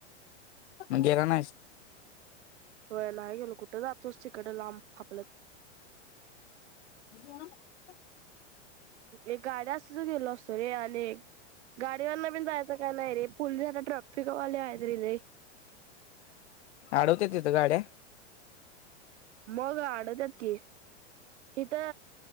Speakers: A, on the left (about 70°); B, on the right (about 75°).
A: मग गेला नाहीस?
B: होय नाही गेल कुठे तर तच तिकड लांब फापलत
A: <unintelligible>
B: एक गाड्या असत त गेलो असतो रे आणि गाडीवरना पिण जाय <inaudible> काय नाही रे पोलिसांना ट्रॅफिकवाले आहेत रेले
A: आडवते तथ गाड्या
B: मग आडवतात की! हिथ